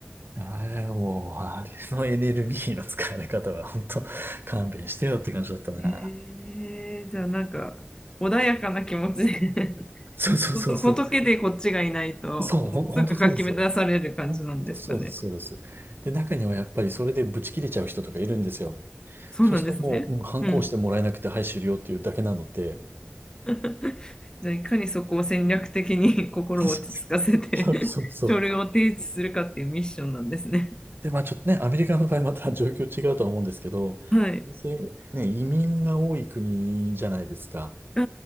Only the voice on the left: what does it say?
ええじゃあなんか、穏やかな気持ちで
ほと仏でこっちがいないと、
もうすぐかき乱される感じなんですかね。
そうなんですね。
うん。
<laughs> じゃあ、いかにそこを戦略的に <laughs> 心を落ち着かせて
<laughs> 書類を提出するかっていうミッションなんですね。
はい。
う